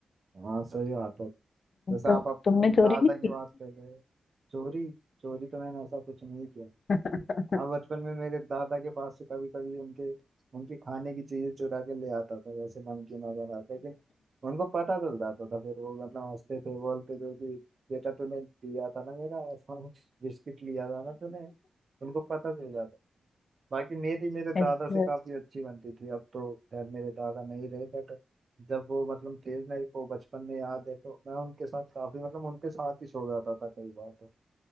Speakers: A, on the right; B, on the left.
A: हाँ सही बात है जैसे आप,
B: तुम
A: आप
B: तुमने
A: उन
B: चोरी
A: दादा
B: नहीं
A: की बात
B: की
A: कर रहे हैं चोरी चोरी तो मैंने ऐसा कुछ नहीं किया
B: अच्छा
A: हाँ बचपन में मेरे दादा के पास से कभी कभी उनके उनकी खाने की चीजें चुरा के ले आता था वैसे नमकीन वगैरह लेकिन उनको पता चल जाता था फिर वो मतलब हंसते थे बोलते थे कि बेटा तूने लिया था ना मेरा <laughs> बिस्किट लिया था ना तूने उनको पता चल जाता बाकी मेरी मेरे
B: अच्छा,
A: दादा से काफी अच्छी बनती थी अब तो खैर मेरे दादा नहीं रहे बट जब वो मतलब थे मेरे को बचपन में याद है तो मैं उनके साथ काफी मतलब उनके साथ ही सो जाता था कई बार तो